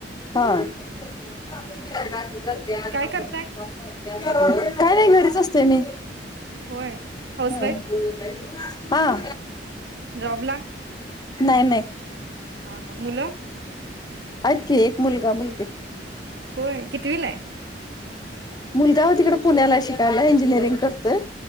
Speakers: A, on the left; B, on the right.
A: हा, <inaudible>
B: काय करताय
A: काय नाही. घरीच असते मी,
B: होय. हाऊस
A: हम्म
B: वाईफ
A: हा
B: जॉबला
A: नाही नाही,
B: हा हा मुल,
A: हायत की एक मुलगा मुलगी,
B: होय कितविला ह
A: मुलगा तिकडे पुण्याला शिकायला इंजिनिअरिंग करतोय,